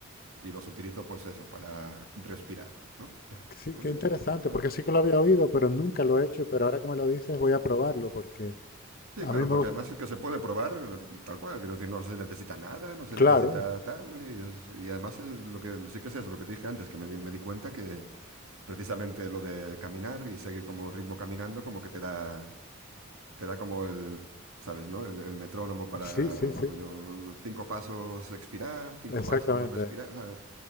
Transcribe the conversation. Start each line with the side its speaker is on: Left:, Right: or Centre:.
Right: y los utilizo pues eso, para respirar, ¿no? <laughs>
Left: sí,
Right: Pues
Left: qué
Right: mira,
Left: interesante,
Right: o sea,
Left: porque sí que lo había oído, pero nunca lo he hecho, pero ahora que me lo dices voy a probarlo, porque
Right: sí,
Left: a
Right: claro,
Left: mí me
Right: porque
Left: gusta,
Right: además es que se puede probar tal cual, quiero decir, no se necesita nada, no se
Left: claro,
Right: necesita tal, y, es- y además es lo que, sí que es eso, lo que te dije antes, que me di me di cuenta que precisamente lo de caminar y seguir como ritmo caminando, como que te da, te da como el, ¿sabes, no? El, el metrónomo para
Left: sí, sí, sí.
Right: rollo, cinco pasos expirar, cinco
Left: Exactamente.
Right: pasos respirar. o